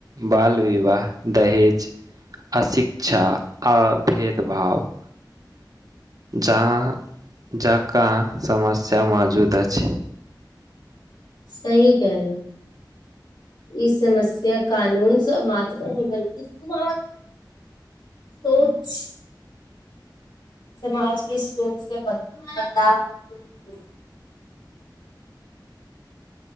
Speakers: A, on the right; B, on the left.
A: बाल विवाह, दहेज अशिक्षा, आ भेदभाव जहां जकाँ समस्या मौजूद अछि।
B: सही कहलु। ई समस्या कानून से मात्र नहि बल्कि समाज सोच समाजके सोच से बदलाव दूर होय